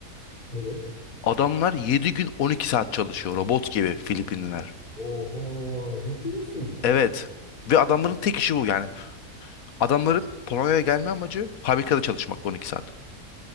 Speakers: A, on the left; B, on the left.
A: evet.
B: Adamlar 7 gün 12 saat çalışıyor robot gibi Filipinliler.
A: Oho ciddi misin?
B: Evet. Ve adamların tek işi bu yani. Adamların Polonya'ya gelme amacı fabrikada çalışmak 12 saat.